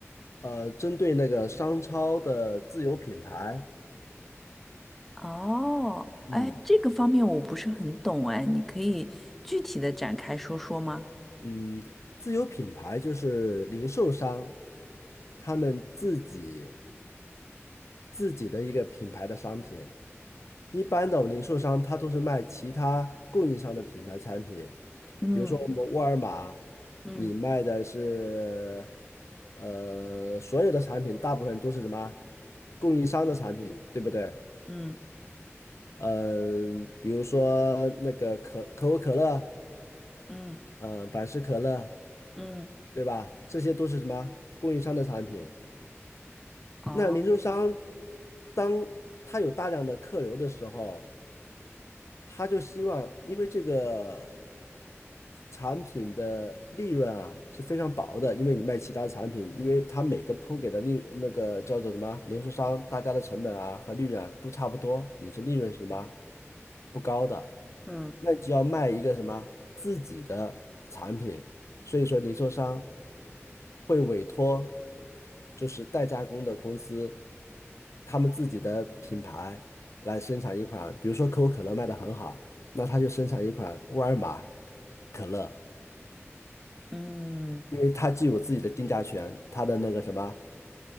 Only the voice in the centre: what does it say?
哦，
哎，这个方面我不是很懂，哎，你可以具体的展开说说吗？
嗯
嗯
嗯
嗯
嗯，
哦，
嗯
嗯